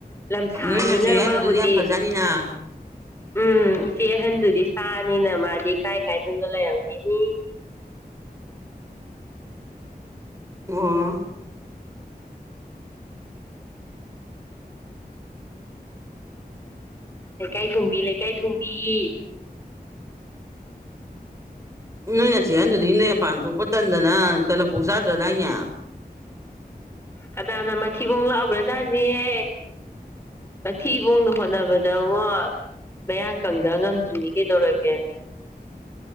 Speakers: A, on the left; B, on the right.
A: ꯂꯝꯁꯥꯅꯤꯅ
B: ꯅꯣꯏ ꯅꯆꯦ ꯌꯥꯏꯃꯗꯨꯗꯤ
A: ꯃꯥꯕꯨꯗꯤ
B: ꯌꯥꯝ ꯐꯖꯅꯤꯅ
A: ꯎꯝ ꯏꯆꯦ ꯑꯍꯟꯗꯨꯗꯤ ꯁꯥꯅꯤꯅ ꯃꯥꯗꯤ ꯀꯥꯏ ꯀꯥꯏꯗꯅꯣ ꯂꯩꯔꯝꯒꯤꯅꯤ
B: ꯑꯣ
A: ꯂꯩꯀꯥꯏ ꯊꯨꯡꯕꯤ ꯂꯩꯀꯥꯏ ꯊꯨꯡꯕꯤ
B: ꯅꯣꯏ ꯅꯆꯦ ꯑꯍꯟꯗꯨꯗꯤ ꯅꯣꯏ ꯃꯄꯥꯟ ꯊꯣꯛꯄ ꯇꯟꯗꯅ ꯇꯂꯞꯄꯥꯎ ꯆꯥꯗ꯭ꯔꯗꯥꯏꯅꯦ
A: ꯀꯅꯥꯅ ꯃꯊꯤꯕꯣꯡ ꯂꯥꯛꯕ꯭ꯔꯖꯥꯠꯅꯦꯌꯦ ꯃꯊꯤꯕꯣꯡꯗ ꯍꯣꯠꯅꯕꯗ ꯉꯣ ꯃꯌꯥꯡ ꯀꯪꯗ ꯉꯝꯗ꯭ꯔꯤꯅꯤ ꯀꯩꯗꯧꯔꯒꯦ